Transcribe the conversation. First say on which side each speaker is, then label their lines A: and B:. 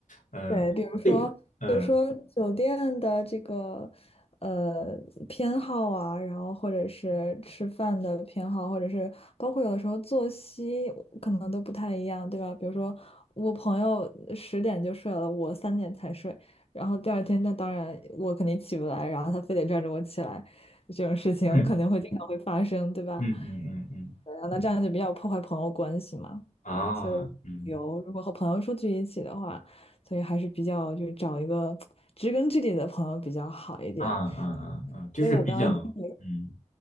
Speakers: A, on the left (about 70°); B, on the left (about 45°).
A: 嗯对，
B: 对，比如说，
A: 嗯
B: 比如说酒店的这个呃偏好啊，然后或者是吃饭的偏好，或者是包括有的时候作息可能都不太一样，对吧？比如说我朋友十点就睡了，我三点才睡，然后第二天那当然我肯定起不来，然后他非得拽着我起来，这种事情肯定会经常会发生，
A: 嗯
B: 对吧？
A: 嗯嗯嗯嗯嗯
B: 对啊那这样就比较破坏朋友关系嘛。
A: 啊，
B: 对，所以我有，
A: 嗯
B: 如果和朋友出去一起的话。所以还是比较就是找一个知根知底的朋友比较好一点。
A: 啊啊啊啊，就是比较，
B: 所以我刚刚听你，
A: 嗯